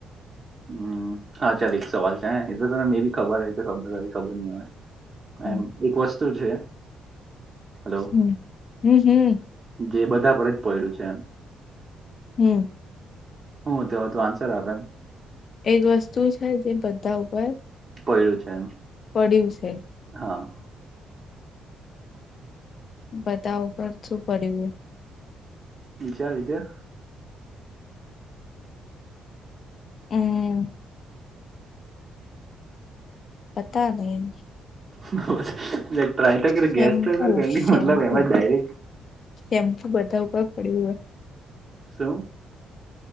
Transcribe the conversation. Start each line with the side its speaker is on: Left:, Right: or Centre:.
Right: હમ્મ. હા ચાલ. એક સવાલ છે. એતો તને મેબી ખબર હોય તો ખબર હોય ખબર ની હવે
Left: હમ
Right: એમ એક વસ્તુ છે. હલો
Left: હમ્મ હમ્મ હમ્મ.
Right: જે બધા પર જ પયડુ છે એમ.
Left: હમ્મ.
Right: હું હતુ હવે તુ આન્સર આપે હાલ.
Left: એજ વસ્તુ છે જે બધા ઉપર..
Right: પયડુ છે એમ.
Left: પડ્યું છે?
Right: હા.
Left: બધા ઉપર શું પડ્યું હોય?
Right: વિચાર વિચાર
Left: હમ્મ. પતા નહી.
Right: બબબસ ટ્રાય તો કર
Left: શેમ્પુ
Right: ગેસ તો કર. કાઈ ની
Left: શેમ્પુ
Right: મતલબ એમજ ડાયરેક્ટ
Left: શેમ્પુ બધા ઉપર પડ્યું હોય.
Right: શું?